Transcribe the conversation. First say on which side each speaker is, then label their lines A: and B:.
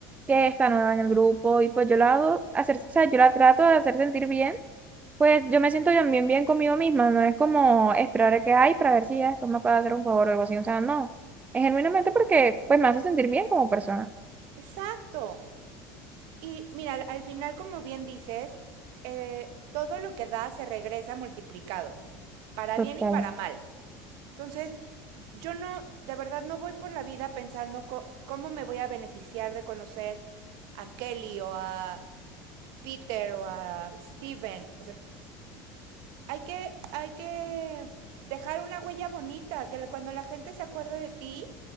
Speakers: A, on the right (about 15°); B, on the right (about 70°).
A: que está nueva en el grupo, y pues yo la hago hacer, o sea, yo la trato de hacer sentir bien pues yo me siento también bien conmigo misma, no es como esperar a que hay para ver si ya después me puede hacer un favor o algo así, o sea, no, es genuinamente porque pues me hace sentir bien como persona.
B: Exacto. Y mira, al, al final, como bien dices, eh, todo lo que da se regresa multiplicado, para
A: Total.
B: bien y para mal. Entonces, yo no, de verdad no voy por la vida pensando co- cómo me voy a beneficiar de conocer a Kelly o a Peter o a Steven. O sea, hay que, hay que dejar una huella bonita, que cuando la gente se acuerde de ti,